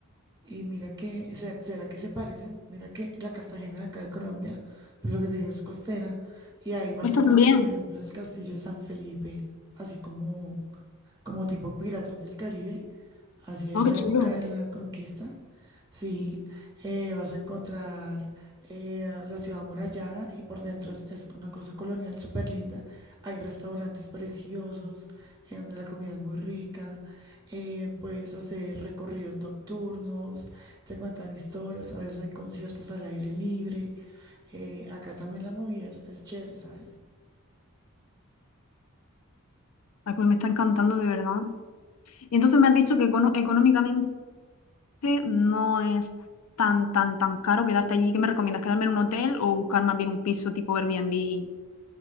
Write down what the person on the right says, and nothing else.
Y mira que, ser- ¿será que se parecen? Mira que la Cartagena de acá de Colombia, pues lo que te digo es costera, y ahí vas
a encontrar,
por ejemplo, el castillo de San Felipe, así como como tipo Piratas del Caribe, así esa
época de la conquista. Sí, eh, vas a encontrar eh, la ciudad amurallada y por dentro es, es una cosa colonial súper linda. Hay restaurantes preciosos en donde la comida es muy rica. eh, puedes hacer recorridos nocturnos, te cuentan historias, a veces hay conciertos al aire libre. eh, acá también la movida es, es chévere, ¿sabes?